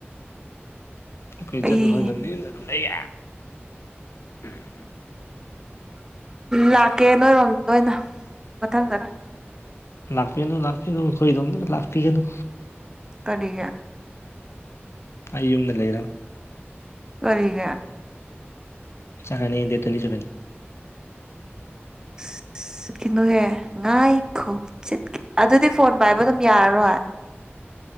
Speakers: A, on the left; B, on the right.
A: ꯑꯩꯈꯣꯏ
B: ꯑꯩ
A: ꯆꯠꯄ ꯐꯪꯗꯝꯅꯤꯝꯅ ꯑꯗꯨꯝ ꯂꯩꯌꯦ ꯎꯝꯝ
B: ꯂꯥꯛꯀꯦ ꯅꯣꯏꯔꯣꯝꯗ ꯑꯣꯏꯅ ꯃꯊꯪꯗꯅ
A: ꯂꯥꯛꯄꯤꯅꯨ ꯂꯥꯛꯄꯤꯅꯨ ꯈꯣꯏꯗꯣꯝꯗꯒ ꯂꯥꯛꯄꯤꯒꯅꯨ
B: ꯀꯔꯤꯒꯤ
A: ꯑꯩ ꯌꯨꯝꯗ ꯂꯩꯔꯣꯏ
B: ꯀꯔꯤꯒꯤ
A: ꯆꯀꯅꯤ ꯑꯩ ꯗꯦꯠ ꯇ꯭ꯋꯦꯟꯇꯤ ꯁꯚꯦꯟꯗ
B: ꯑꯁ ꯆꯠꯀꯤꯅꯣꯍꯦ ꯉꯥꯏꯈꯣ ꯆꯠꯈꯤ ꯑꯗꯨꯗꯤ ꯐꯣꯟ ꯄꯥꯏꯕ ꯑꯗꯨꯝ ꯌꯥꯔꯔꯣꯏ